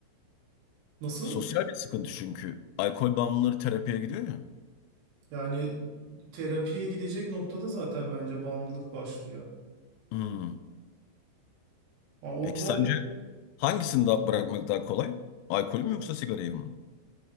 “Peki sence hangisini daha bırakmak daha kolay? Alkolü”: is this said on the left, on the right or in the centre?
Left